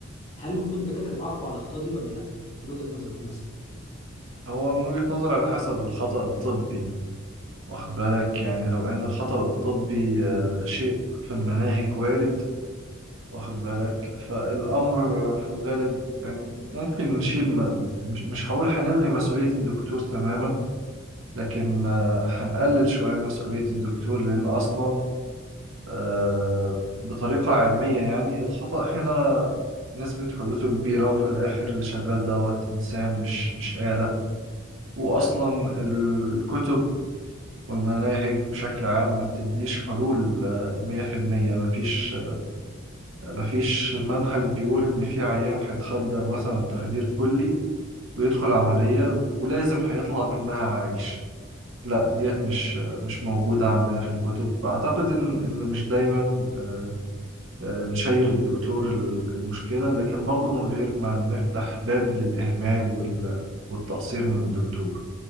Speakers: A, on the left; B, on the right.
A: هل المفروض الدكاترة يتعاقبوا على الاخطاء دي ولا لا من وجهة نظرك مثلا
B: هو من وجهة نظري على حسب الخطأ الطبي واخد بالك يعني لو ان الخطأ الطبي آه، شيء في المناهج وارد واخد بالك فالامر في الغالب يعني ممكن نشيل ما مش مش هقول هنلغي مسؤولية الدكتور تماما لكن آه، هنقلل شوية مسؤولية الدكتور لان اصلا آه، بطريقة علمية يعني الخطأ هنا نسبة حدوثه كبيرة وفي الآخر اللي شغال دوت إنسان مش مش آلة وأصلا الكتب والمناهج بشكل عام ما بتديش حلول آه، 100% ما فيش ما فيش منهج بيقول إن في عيان هيتخدر مثلا بتخدير كلي ويدخل عملية و- ولازم هيطلع منها عايش لا ديت مش آه، مش موجودة عندنا في الكتب فأعتقد إن إن مش دايما آه، آه، نشير الدكتور ال- المشكلة لكن برضو من غير ما نفتح باب للإهمال وال- والتقصير من الدكتور